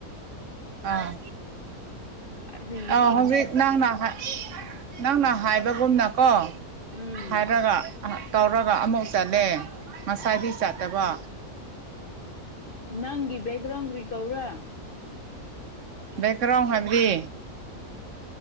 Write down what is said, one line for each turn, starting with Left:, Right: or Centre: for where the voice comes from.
Right: ꯑꯥ
Left: ꯀꯔꯤꯅꯣꯅꯦꯍꯦ
Right: ꯑꯧ ꯍꯧꯖꯤꯛ ꯅꯪꯅꯥ ꯍꯥꯏ ꯅꯪꯅ ꯍꯥꯏꯕꯒꯨꯝꯅꯀꯣ
Left: ꯎꯝ
Right: ꯍꯥꯏꯔꯒ ꯇꯧꯔꯒ ꯑꯃꯨꯛ ꯆꯠꯂꯦ ꯉꯁꯥꯢꯗꯤ ꯆꯠꯇꯕ
Left: ꯅꯪꯒꯤ ꯕꯦꯛꯒ꯭ꯔꯥꯎꯟ ꯀꯔꯤ ꯇꯧꯕ꯭ꯔꯥ
Right: ꯕꯦꯛꯒ꯭ꯔꯥꯎꯟ ꯍꯥꯏꯕꯗꯤ